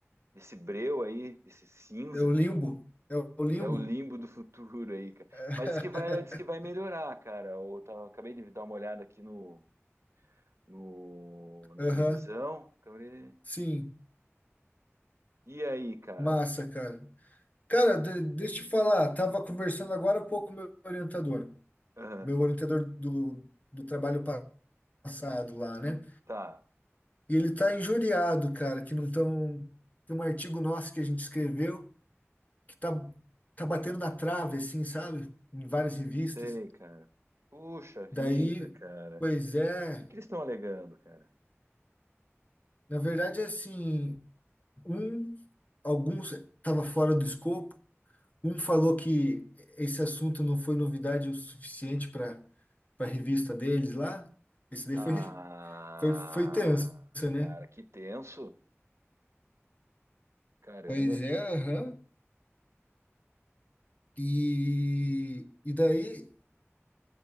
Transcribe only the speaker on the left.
É o limbo, é o limbo.
<laughs>
Aham,
Sim,
massa, cara. Cara, de- deixa eu te falar, tava conversando agora há pouco com meu orientador,
meu orientador do, do trabalho pa- passado lá, né?
E ele tá injuriado, cara, que não tão... Tem um artigo nosso que a gente escreveu que tá, tá batendo na trave, assim, sabe? Em várias revistas.
Daí,
pois é,
na verdade, assim, um, alguns estava fora do escopo, um falou que esse assunto não foi novidade o suficiente para a revista deles lá. Esse daí
foi, foi, foi tenso, né?
Pois é, aham. E, e daí,